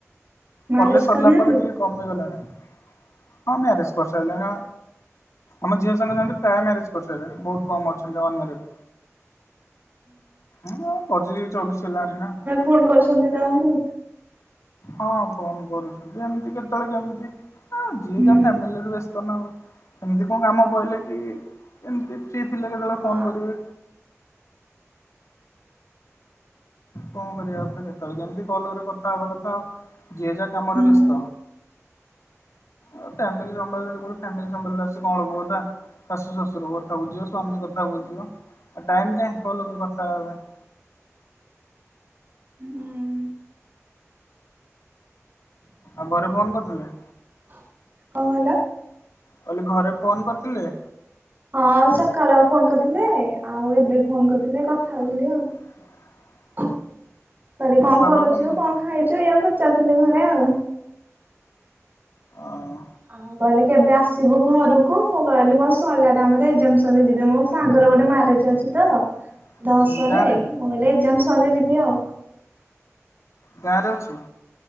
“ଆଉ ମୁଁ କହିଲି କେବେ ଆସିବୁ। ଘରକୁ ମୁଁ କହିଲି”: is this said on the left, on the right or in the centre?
Right